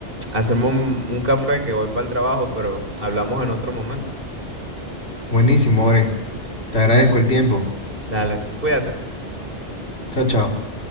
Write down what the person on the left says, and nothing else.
Buenísimo, Oren. Te agradezco el tiempo.
Chao, chao.